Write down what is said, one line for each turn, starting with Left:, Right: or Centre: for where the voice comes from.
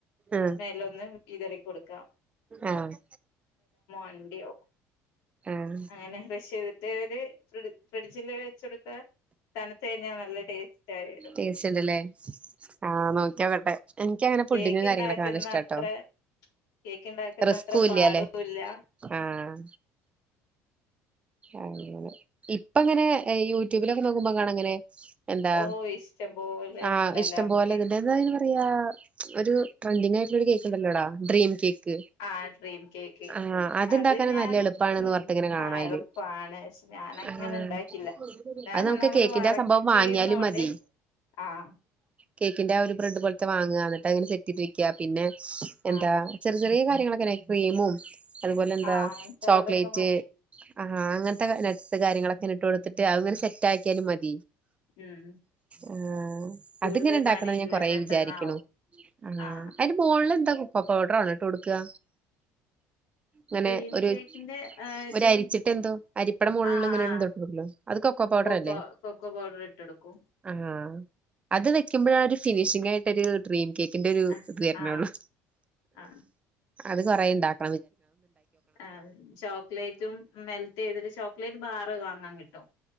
Right: ആഹ്
Left: മേലെ ഒന്ന് വിതറി കൊടുക്കാം
Right: ആഹ്
Left: അണ്ടിയോ
Right: ആഹ്
Left: അങ്ങനെ ക്രെഷ് ചെയ്തിട്ട്‌ ഫ്രിഡ്ജില് വെച്ച് കൊടുത്താ തണത്ത് കഴിഞ്ഞ നല്ല ടേസ്റ്റ് ആയിവരും
Right: ടേസ്റ്റ് ഉണ്ടല്ലേ റ്റാൻസ് ആഹ് ആഹ് നോക്കിയോക്കട്ടെ എനിക്കങ്ങനെ
Left: കേക്ക്
Right: ഫുഡിങ്ങും
Left: ഇണ്ടാക്കുന്ന
Right: കാര്യങ്ങളൊക്കെ നല്ല ഇഷ്ടാട്ടോ
Left: അത്ര കേക്ക ഉണ്ടാക്കുന്ന
Right: റിസ്കും
Left: അത്ര പാടും
Right: ഇല്ല്യാല്ലേ
Left: ഇല്ല
Right: ആഹ് അങ്ങനെ ഇപ്പ എങ്ങനെ യൂട്യൂബിലൊക്കെ നോക്കുമ്പോ കാണങ്ങനെ എന്താ
Left: ഓ ഇഷ്ടം പോലെ
Right: ആഹ്
Left: ഉണ്ടല്ലോ
Right: ഇഷ്ടം
Left: നമുക്ക്
Right: പോലെ ഇതിന്റെ അതന്ന് പറയാ ഒരു ട്രെൻഡിങ് ആയിട്ടുള്ള ഒരു കേക്ക് ഉണ്ടല്ലോടാ ഡ്രീം കേക്ക്
Left: ആഹ് ഡ്രീം കേക്ക്
Right: ആഹ് അത്ണ്ടാക്കാന്
Left: അത് ഞാന്
Right: നല്ല എളുപ്പാണെന്ന്
Left: ഉ
Right: പറഞ്ഞിട്ട് ഇങ്ങനെ കാണാ
Left: ആ
Right: അയില്
Left: എളു പ്പാണ് ശെ ഞാന അങ്ങനെ
Right: ആഹ്
Left: ഇണ്ടാക്കില്ല ഞാൻ
Right: അത് നമുക്ക്
Left: ഒന്നാമത്
Right: കേക്കിന്റെ
Left: വർക്ക്
Right: ആ സംഭവം
Left: ചെയുന്നോണ്ട്
Right: വാങ്ങിയാലും മതി
Left: ആഹ്
Right: കേക്കിന്റെ ആ ഒരു ബ്രെഡ് പോലത്തെ വാങ്ങുക എന്നിട്ട് അങ്ങനെ സെറ്റ് ചെയ്ട്ട് വെക്കുക പിന്നെ എന്താ
Left: ആ
Right: ചെറിയ ചെറിയ കാര്യങ്ങളൊക്കെ ക്രീമും അതുപോലെ എന്താ
Left: ആ അങ്ങനത്തെ
Right: ചോക്ലേറ്റ്
Left: അതൊക്കെ മതി
Right: ആഹാ അങ്ങനത്തെ നട്സ് കാര്യങ്ങളൊക്കെ ഇട്ട് കൊടുത്തിട്ട് അങ്ങനെ സെറ്റ് ആക്കിയാലും മതി
Left: ഉം
Right: ആ
Left: കൂടുതൽ
Right: അതിങ്ങനെ ഉണ്ടാക്കണ
Left: പണിയില്ല
Right: ഞാൻ കൊറെ
Left: പെട്ടെന്നാവും
Right: വിചാരിക്കണു ആഹ
Left: ആ
Right: അതിന്റെ മോള്ല്ന്താ കൊക്കൊ പൗഡർ ആണോ ട്ട് കൊടുക്കുക ങ്ങനെ
Left: ഡ്രീം
Right: ഒരു
Left: കേക്കിന്റെ ഇത്
Right: ഒര് അരിച്ചിട്ട എന്തോ അരിപ്പട മുകളിൽ
Left: ആ
Right: ഇങ്ങനെ
Left: ആ
Right: എന്ത ഇട്ടില്ലോ അത് കൊക്കോ പൗഡർ അല്ലേ
Left: പ കൊക്കോ പൗഡർ ഇട്ട് കൊടുക്കും
Right: ആഹ അത് വെക്കുമ്പോഴ ഒരു ഫിനിഷിംഗ് ആയിട്ടൊരു ഡ്രീം കേക്കിന്റെ ഒരു
Left: ആ
Right: ഇ തരണേ
Left: ആ
Right: ഉള്ളൂ
Left: ആ
Right: അത് കൊറെ ഉണ്ടാക്ക
Left: ആ ചോക്ലേറ്റും മെൽറ്റ് ചെയ്തിട്ട് ചോക്ലേറ്റ് ബാറ് വാങ്ങാൻ കിട്ടും